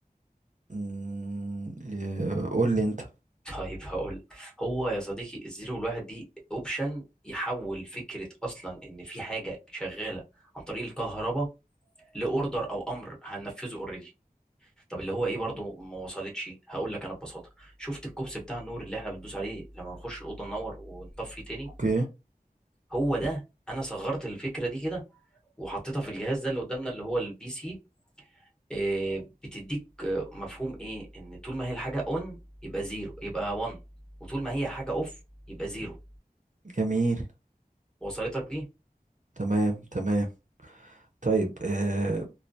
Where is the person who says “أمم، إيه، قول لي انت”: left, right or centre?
Right